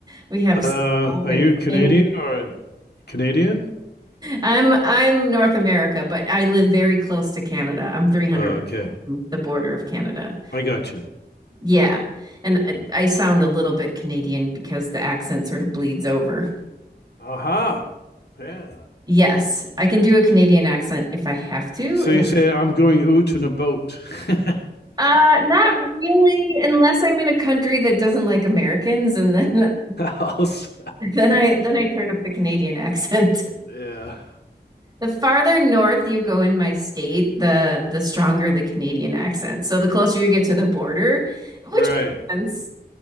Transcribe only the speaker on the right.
We have
snow
and
rain.
I'm I'm North America, but I live very close to Canada. I'm 300
from the border of Canada.
Yeah. And I I sound a little bit Canadian because the accent sort of bleeds over.
Yes, I can do a Canadian accent if I have to.
Yeah.
Uh, not really, unless I'm in a country that doesn't like Americans, and then
Then I then I turn up the Canadian accent. <laughs>
The farther north you go in my state, the the stronger the Canadian accent. So the closer you get to the border, which
makes sense.